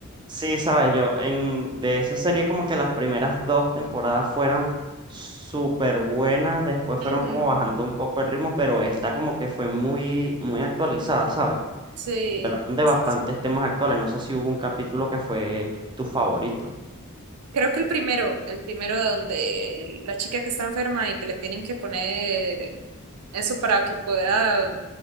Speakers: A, on the right; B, on the right.
A: Sí, sabes, yo en de esa serie como que las primeras dos temporadas fueron súper buenas, después
B: Ujú,
A: fueron como bajando un poco el ritmo, pero esta como que fue muy, muy actualizada, ¿sabes?
B: Sí,
A: Y hablaron de
B: sí,
A: bastantes
B: sí.
A: temas actuales. No sé si hubo un capítulo que fue tu favorito.
B: Creo que el primero, el primero donde la chica que está enferma y que le tienen que poner eso para que pueda